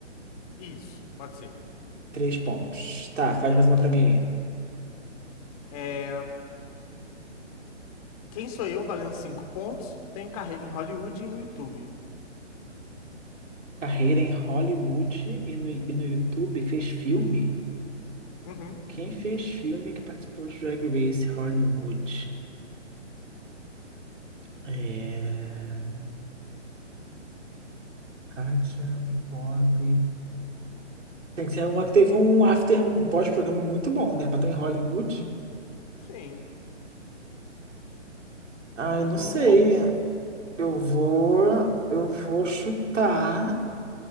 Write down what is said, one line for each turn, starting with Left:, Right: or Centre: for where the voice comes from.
Left: Isso, pode ser.
Right: Três pontos. Tá, faz mais uma pra mim aí.
Left: É, quem sou eu valendo cinco pontos? Tenho carreira em Hollywood e no YouTube.
Right: Carreira em Hollywood e no, e no YouTube fez filme?
Left: Uhum.
Right: Quem fez filme que participou de Drag Race Hollywood? É. Kátia, Bob. Tem que ser uma que teve um after, um pós-programa muito bom, né? Pra estar em Hollywood.
Left: Sim.
Right: Ai, não sei.
Left: Ou não.
Right: Eu vou, eu vou chutar,